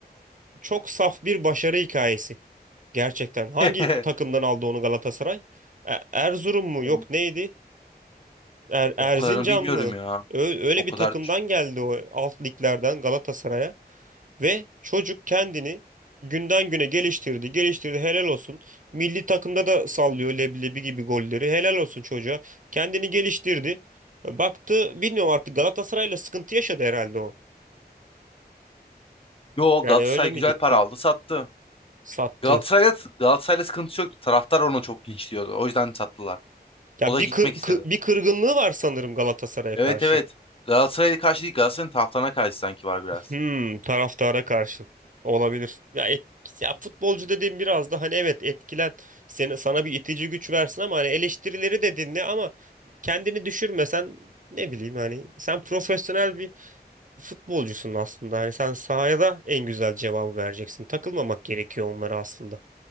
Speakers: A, on the right (about 50°); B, on the left (about 35°).
A: çok saf bir başarı hikayesi. Gerçekten. Hangi
B: <laughs>
A: takımdan aldı onu Galatasaray? E- Erzurum mu?
B: O,
A: Yok neydi? Er- Erzincan
B: o kadarını bilmiyorum
A: mı?
B: ya.
A: Ö- öyle
B: O
A: bir
B: kadar.
A: takımdan
B: ç-
A: geldi o alt liglerden Galatasaray'a. Ve çocuk kendini günden güne geliştirdi, geliştirdi. Helal olsun. Milli takımda da sallıyor leblebi gibi golleri. Helal olsun çocuğa. Kendini geliştirdi. Baktı, bilmiyorum artık Galatasaray'la sıkıntı yaşadı herhalde o.
B: Yo
A: Yani
B: Galatasaray
A: öyle mi
B: güzel
A: gitti?
B: para aldı sattı.
A: Sattı.
B: Galatasaray'da Galatasaray'la sıkıntısı yoktu. Taraftar onu çok linçliyordu. O yüzden sattılar.
A: Ya
B: O da
A: bir
B: gitmek
A: kır- kı-
B: istedi.
A: bir kırgınlığı var sanırım Galatasaray'a
B: Evet
A: karşı.
B: evet. Galatasaray'a karşı değil Galatasaray'ın taraftarına karşı sanki var biraz.
A: Hmm, taraftara karşı olabilir. Ya, et, ya futbolcu dediğim biraz da hani evet etkilen seni, sana bir itici güç versin ama hani eleştirileri de dinle ama kendini düşürmesen ne bileyim hani sen profesyonel bir futbolcusun aslında. Hani sen sahaya da en güzel cevabı vereceksin. Takılmamak gerekiyor onlara aslında.